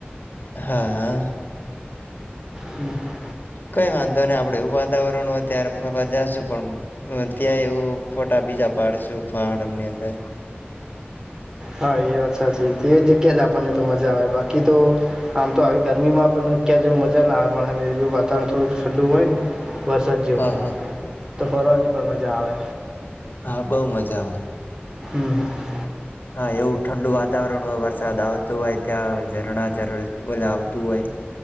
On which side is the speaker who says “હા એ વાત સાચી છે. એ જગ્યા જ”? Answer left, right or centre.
Right